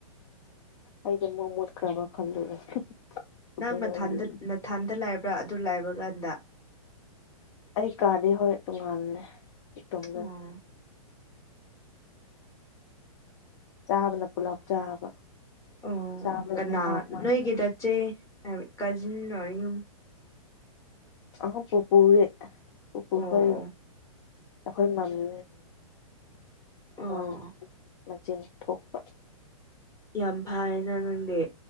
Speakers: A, on the left (about 50°); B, on the left (about 20°).
A: ꯑꯩꯗꯤ ꯃꯨꯛꯃꯨꯠ ꯈ꯭ꯔꯕ ꯈꯜꯂꯨꯔꯦ ꯇꯨꯃꯤꯟ
B: ꯅꯪ ꯃꯊꯟꯗ
A: ꯂꯩꯕ
B: ꯅꯊꯥꯟꯗ ꯂꯩꯕ꯭ꯔꯥ ꯑꯗꯨ ꯂꯥꯏꯕ ꯀꯥꯟꯗ
A: ꯑꯩ ꯀꯥꯗꯤ ꯍꯣꯏ ꯇꯣꯉꯥꯟꯜꯅꯦ ꯏꯇꯣꯝꯗꯅꯦ
B: ꯑꯣ
A: ꯆꯥꯕꯅ ꯄꯨꯂꯞ ꯆꯥꯕ
B: ꯑꯣ
A: ꯆꯥꯕꯅ
B: ꯀꯅꯥ
A: ꯃꯥ ꯃꯥꯒꯤ
B: ꯅꯣꯏꯒꯤ ꯆꯠꯆꯦ ꯀꯖꯤꯟꯌꯨꯝ
A: ꯑꯈꯣꯏ ꯄꯨꯄꯨ ꯒꯤ ꯄꯨꯄꯨ
B: ꯑꯣ
A: ꯈꯣꯏ ꯒꯤ ꯑꯩꯈꯣꯏ ꯃꯃꯤ
B: ꯑꯣ
A: ꯃꯣꯏ ꯃꯆꯦꯜ ꯊꯣꯛꯄ
B: ꯌꯥꯝ ꯐꯥꯏꯅ ꯅꯪꯗꯤ